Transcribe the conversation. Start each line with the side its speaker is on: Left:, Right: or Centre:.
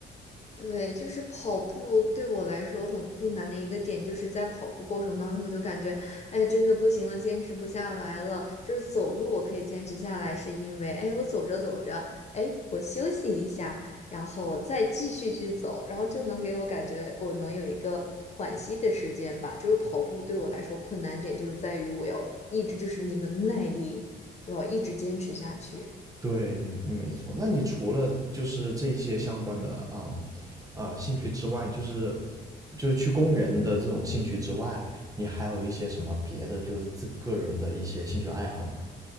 Left: 对，就是跑步对我来说很困难的一个点，就是在跑步过程当中，我就感觉，哎，真的不行了，坚持不下来了。就是走路我可以坚持下来，是因为，哎，我走着走着，哎，我休息一下，然后我再继续去走，然后就能给我感觉我能有一个缓息的时间吧。就是跑步对我来说困难点，就是在于我要一直就是那个耐力，我要一直坚持下去。
Right: 对，嗯没错。那你除了就是这一些相关的啊啊、兴趣之外，就是就是去公园的这种兴趣之外，你还有一些什么别的就是自个人的一些兴趣爱好吗？